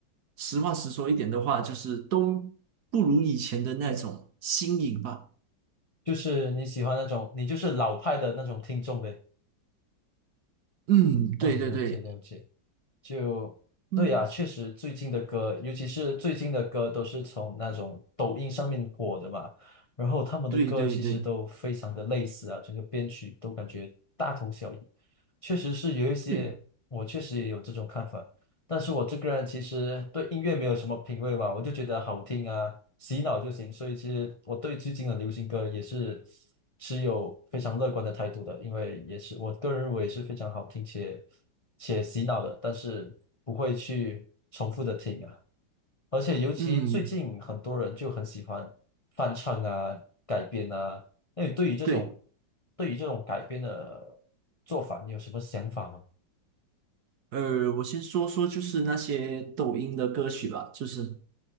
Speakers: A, on the right; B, on the left.
A: 实话实说一点的话，就是都不如以前的那种新颖吧。
B: 就是你喜欢那种你就是老派的那种听众呗？
A: 嗯，对对对，
B: 哦，了解了解。就对呀、
A: 嗯，
B: 确实最近的歌，尤其是最近的歌，都是从那种抖音上面火的嘛。然后他们的歌其实都非常的类似啊，
A: 对对对。
B: 整个编曲都感觉大同小异。确实是有一些，
A: 对，
B: 我确实也有这种看法。但是我这个人其实对音乐没有什么品味嘛，我就觉得好听啊，洗脑就行。所以其实我对最近的流行歌也是持有非常乐观的态度的，因为也是我个人认为是非常好听且且洗脑的，但是不会去重复的听啊。而且尤其最近很多人就很喜欢翻唱啊、
A: 嗯，
B: 改编啊。那你对于这种
A: 对，
B: 对于这种改编的做法，你有什么想法吗？
A: 呃，我先说说就是那些抖音的歌曲吧，就是